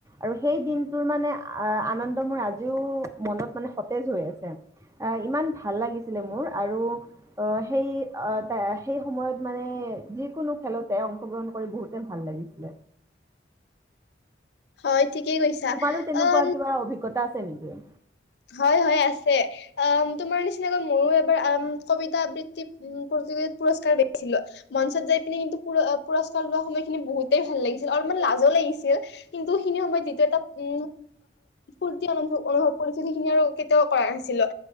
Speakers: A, on the right; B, on the left.
A: আৰু সেই দিনটোৰ মানে আনন্দ মোৰ আজিও মনত মানে সতেজ হৈ আছে। আহ ইমান ভাল লাগিছিলে মোৰ আৰু অ সেই সেই সময়ত মানে যিকোনো খেলতে অংশগ্ৰহণ কৰি বহুতে ভাল লাগিছিল।
B: হয়। ঠিকেই কৈছা
A: তোমাৰো তেনেকুৱা
B: অম
A: কিবা অভিজ্ঞতা আছে নেকি?
B: হয়, হয় আছে। অ তোমাৰ নিচিনাকৈ মইয়ো এবাৰ কবিতা আবৃত্তি উ প্ৰতিযোগিতাত পুৰস্কাৰ পাই। মঞ্চত যাই পিনে কিন্তু পুৰ ও পুৰস্কাৰ লোৱা সময়খিনি বহুতেই ভাল লাগিছিল আৰু মানে লাজো লাগিছিল। কিন্তু সেইখিনি সময়ত যিটো এটা উ ফূৰ্তি অনুভৱ অনুভৱ পৰিস্থিতি খিনি আৰু কেতিয়াও কৰা নাছিলো